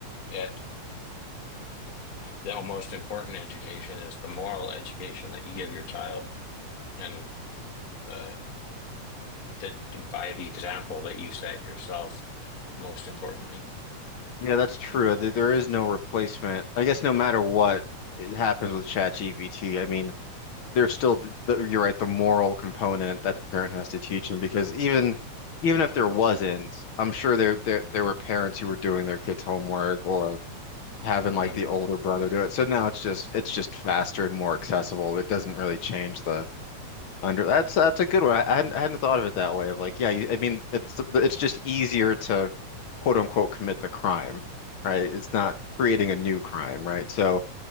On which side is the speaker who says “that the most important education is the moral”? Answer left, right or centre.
Left